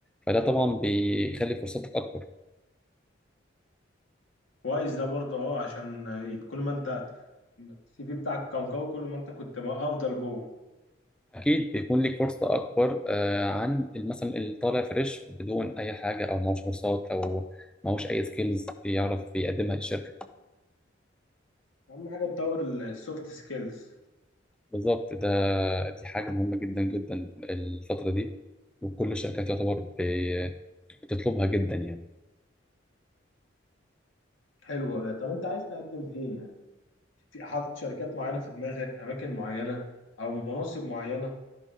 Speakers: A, in the centre; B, on the left (about 85°).
A: فده طبعا بيخلي فرصتك أكبر
B: كويس ده برضه أه عشان كل ما أنت السي في بتاعك كان قوي كل ما أنت كنت بقى أفضل جوه
A: أكيد بيكون لك فرصة أكبر آه، عن مثلا اللي طالع فريش بدون أي حاجة أو معهوش كورسات أو معهوش أي سكيلز يعرف يقدمها للشركة
B: أهم حاجة تطور السوفت سكيلز
A: بالظبط ده دي حاجة مهمة جدا جدا الفترة دي وكل الشركات يعتبر بي- بتطلبها جدا يعني
B: حلوة طب أنت عايز تقدم فين يعني في حاطط شركات معينة في دماغك أماكن معينة أو مناصب معينة